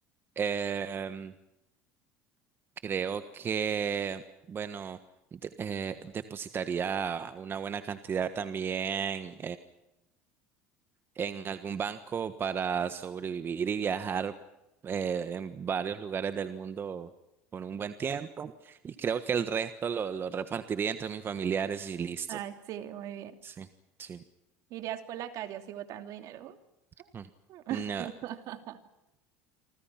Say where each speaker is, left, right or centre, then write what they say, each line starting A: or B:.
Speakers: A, on the right; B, on the right.
A: Em, creo que, bueno, de- eh, depositaría una buena cantidad también en algún banco para sobrevivir y viajar eh, en varios lugares del mundo por un buen tiempo. Y creo que el resto lo, lo repartiría entre mis familiares y listo.
B: Ay, sí, muy bien.
A: Sí, sí.
B: Irías por la calle así botando dinero.
A: Mm.
B: <laughs>
A: No.